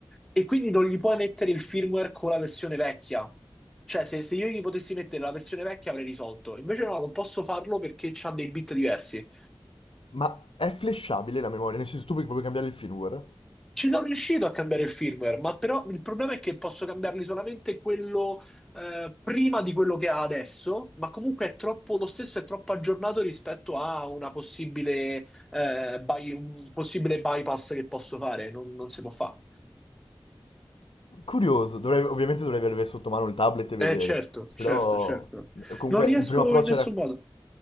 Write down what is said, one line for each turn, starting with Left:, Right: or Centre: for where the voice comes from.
Centre: e quindi non gli puoi mettere il firmware con la versione vecchia. Cioè, se, se io gli potessi mettere la versione vecchia avrei risolto, invece no, non posso farlo perché c'ha dei bit diversi.
Left: Ma è flashabile la memoria, nel senso tu puoi proprio cambiare il firmware?
Centre: Ci sono riuscito a cambiare il firmware, ma però il problema è che posso cambiarli solamente quello eh, prima di quello che ha adesso, ma comunque è troppo lo stesso, è troppo aggiornato rispetto a una possibile, eh, by- un possibile bypass che posso fare, non, non si può fare.
Left: Curioso, dovrei- ovviamente dovrei avere sotto mano il tablet e vedere,
Centre: Eh certo, certo,
Left: però
Centre: certo.
Left: comunque
Centre: Non riesco
Left: il primo approccio
Centre: in nessun
Left: era,
Centre: modo.